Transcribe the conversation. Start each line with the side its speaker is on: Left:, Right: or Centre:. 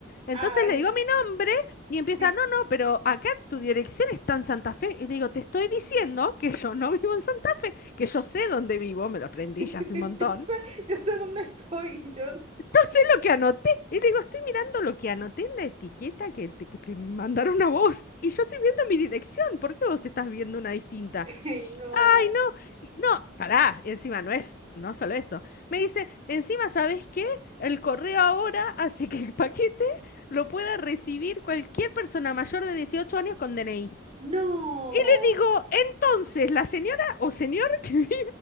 Left: Entonces
Right: ay.
Left: le digo mi nombre y
Right: <laughs>
Left: empieza, no, no, pero acá tu dirección está en Santa Fe. Y le digo, te estoy diciendo que yo no vivo en Santa Fe, que yo sé dónde vivo, me lo aprendí
Right: Yo
Left: ya hace un montón.
Right: sé, yo sé dónde estoy. y Yo,
Left: No sé lo que anoté. Y digo, estoy mirando lo que anoté en la etiqueta que te, que te mandaron a vos. Y yo estoy viendo mi dirección. ¿Por qué vos estás viendo una distinta?
Right: <laughs> ay, no,
Left: Ay, no. y- No, pará. Encima no es, no solo eso. Me dice, encima, ¿sabés qué? El correo ahora hace que el paquete lo pueda recibir cualquier persona mayor de 18 años con DNI.
Right: no.
Left: Le digo, entonces, la señora o señor que <laughs> vive